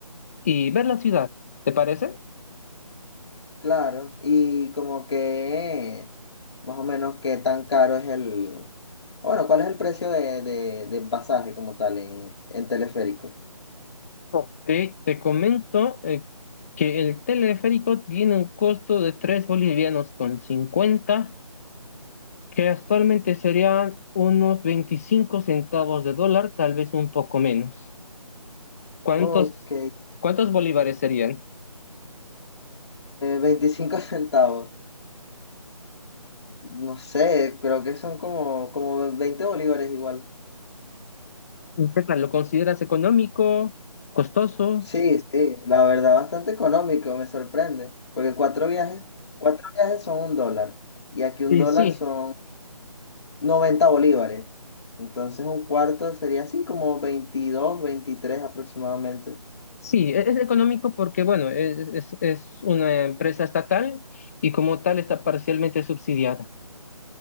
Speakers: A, on the left; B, on the left.
A: y ver la ciudad, ¿te parece?
B: claro, y como que más o menos qué tan caro es el, o bueno, cuál es el precio de, de, de pasaje como tal en, en teleférico.
A: Ok, te comento eh, que el teleférico tiene un costo de tres bolivianos con cincuenta que actualmente serían unos 25 centavos de dólar, tal vez un poco menos. ¿Cuántos,
B: Ok, eh,
A: cuántos bolívares serían?
B: 25 <laughs> centavos. No sé, creo que son como, como 20 bolívares igual.
A: ¿Qué tal? ¿Lo consideras económico, costoso?
B: Sí, sí, la verdad, bastante económico, me sorprende, porque cuatro viajes, cuatro viajes son un dólar, y aquí un
A: Y
B: dólar
A: sí,
B: son 90 bolívares, entonces un cuarto sería así como 22, 23 aproximadamente.
A: sí, es es económico porque, bueno, e-, es, es, es una empresa estatal y como tal está parcialmente subsidiada.